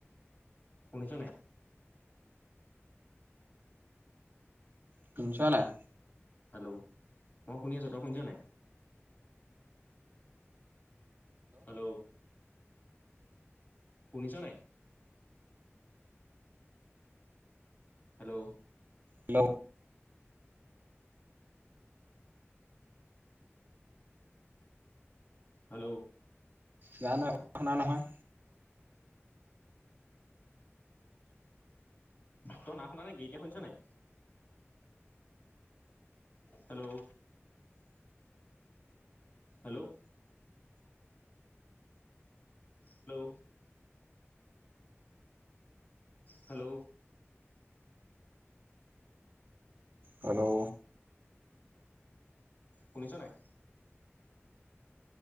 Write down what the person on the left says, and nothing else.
শুনিছ নাই?
হেল্ল', মই শুনি আছোঁ, তই শুনিছ নাই? হেল্ল', শুনিছা নাই? হেল্ল'।
হেল্ল'।
তই না শুনা নে কি? এতিয়া শুনিছ নাই? Hello. Hello. Hello. Hello.
শুনিছ নাই?